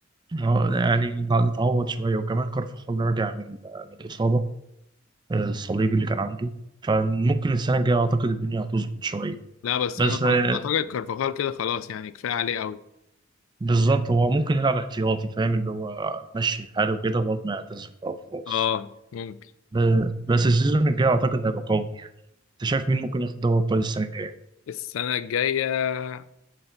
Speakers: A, on the right; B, on the left.
A: هو يعني اتعوض شوية وكمان كارفاخال راجع من من الإصابة آه، الصليبي اللي كان عنده فممكن السنة الجاية أعتقد الدنيا هتظبط شوية
B: لا بس
A: بس
B: انا
A: آه،
B: خلا- اعتقد كارفاخال كده خلاص يعني كفايه عليه قوي
A: بالظبط هو ممكن يلعب احتياطي فاهم اللي هو مشي حاله كده لغاية ما يعتزل بقى وخلاص
B: اه ممكن
A: ب- بس السيزون الجاي أعتقد هيبقى قوي يعني أنت شايف مين ممكن ياخد دوري أبطال السنة الجاية؟
B: السنه الجايه